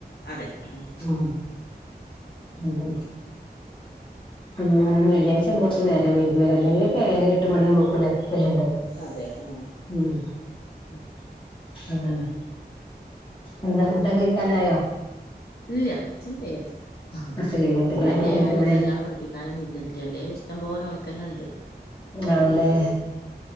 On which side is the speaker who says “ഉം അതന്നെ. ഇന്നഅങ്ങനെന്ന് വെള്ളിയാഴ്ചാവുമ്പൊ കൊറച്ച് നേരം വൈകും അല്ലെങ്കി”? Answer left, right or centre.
Left